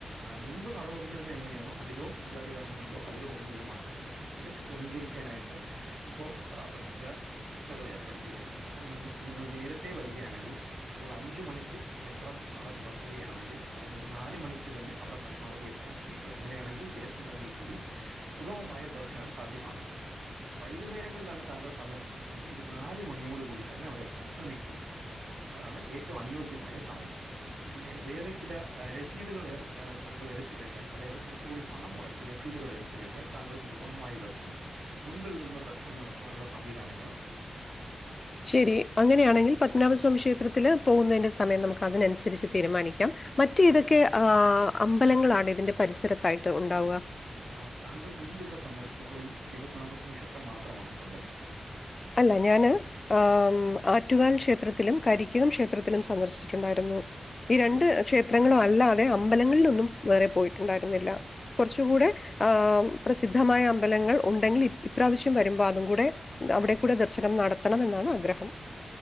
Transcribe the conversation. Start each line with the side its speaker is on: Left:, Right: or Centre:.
Right: മുൻപ് നടന്ന ര എങ്ങനാണോ അതിലോ പൂജാതി കർമ്മങ്ങളിലോ അതിലോ ഒന്നും ഒരു മാറ്റമില്ല പക്ഷെ തിരക്ക് ക്രമീകരിക്കാനായിട്ട് ഇപ്പോ ചില ചിട്ടകൾ ഏർപ്പെടുത്തിയിട്ടുണ്ട് അപ്പോം നിങ്ങൾ നേരത്തെ വരികയാണെങ്കിൽ ഇപ്പോൾ അഞ്ച് മണിക്ക് ക്ഷേത്രം നട തുറക്കുകയാണെങ്കിൽ അതിനൊരു നാല് മണിക്ക് തന്നെ അവിടെ പരമാവധി എത്താൻ ശ്രമിക്കുക അങ്ങനെയാണെങ്കിൽ തിരക്കുണ്ടെങ്കിൽ കൂടി സുഗമമായ ദർശനം സാധ്യമാകും വൈകുന്നേരങ്ങളിലാണ് താങ്കൾ സന്ദർശിക്കുന്നെങ്കിൽ ഒരു നാല് മണിയോട് കൂടി തന്നെ അവിടെ എത്താൻ ശ്രമിക്കുക അതാണ് ഏറ്റവും അനുയോജ്യമായ സമയം പിന്നെ വേറെ ചില രസീതുകൾ ഏർ താങ്കൾ എടുത്ത് കഴിഞ്ഞൽ അതായത് കുറച്ചുകൂടി പണം മുടക്കി രസീതുകൾ എടുത്ത് കഴിഞ്ഞാൽ താങ്കൾക്ക് സുഗമായി ദർശനം മുൻപിൽ നിന്ന് ദർശനം നടത്തുവാനുള്ള സംവിധാനങ്ങളും
Left: ശരി അങ്ങനെയാണെങ്കിൽ പത്മനാഭസ്വാമി ക്ഷേത്രത്തില് പോകുന്നതിന്റെ സമയം നമുക്ക് അതിനനുസരിച്ച് തീരുമാനിക്കാം മറ്റേതൊക്കെ അമ്പലങ്ങളാണ് ഇതിന്റെ പരിസരത്തായിട്ട് ഉണ്ടാവുക?
Right: ആ താങ്കൾ മുമ്പ് ഇവിടെ സന്ദർശിച്ച പ്പോൾ ഈ ശ്രീപത്മനാഭസ്വി ക്ഷേത്രം മാത്രമാണോ സന്ദർശിച്ചത്
Left: അല്ല ഞാന് ആ ആറ്റുകാൽ ക്ഷേത്രത്തിലും കരിക്കകം ക്ഷേത്രത്തിലും ക്ഷത്രത്തിലും സന്ദർശിച്ചിട്ടുണ്ടായിരുന്നു ഈ രണ്ട്
Right: ശരി
Left: ക്ഷേത്രങ്ങളും അല്ല വേ അമ്പലങ്ങളിലൊന്നും വേറെ പോയിട്ടുണ്ടായിരുന്നില്ല കുറച്ചുകൂടെ ആ പ്രസിദ്ധമായ അമ്പലങ്ങൾ ഉണ്ടെങ്കിൽ ഇപ്രാവശ്യം വരുമ്പോൾ അതും കൂടെ അവിടെ ടെ ദർശനം നടത്തണമെന്നാണ് ആഗ്രഹം